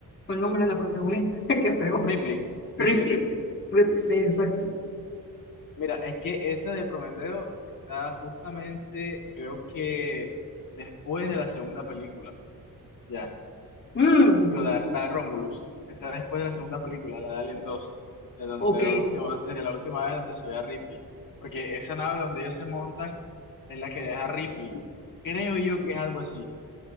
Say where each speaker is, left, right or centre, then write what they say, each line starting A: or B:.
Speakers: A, on the left; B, on the left.
A: fue el nombre de la protagonista, <laughs> qué feo.
B: Ripley, Ripley,
A: Ripley,
B: Ripley.
A: Ripley, sí, exacto.
B: Mira, es que esa de Prometeo está justamente, creo que después de la segunda película, ya.
A: Mm,
B: Digo, la, la de Romulus. Está después de la segunda película, la de Alien dos De donde-
A: ok,
B: de la última, desde la última vez donde se ve a Ripley. Porque esa nave donde ellos se montan es la que deja a Ripley. Creo yo que es algo así.